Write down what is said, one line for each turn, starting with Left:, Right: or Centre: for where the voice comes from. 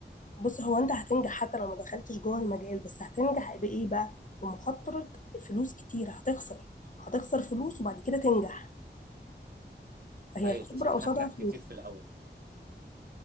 Left: بص هو انت هتنجح حتى لو ما دخلتش جوه المجال بس هتنجح بايه بقى بمخاطرة فلوس كتير هتخسر هتخسر فلوس وبعد كده تنجح فهي
Right: ايوه
Left: الخبرة
Right: تقصدي
Left: قصادها
Right: هحرق كتير
Left: فلوس
Right: في الاول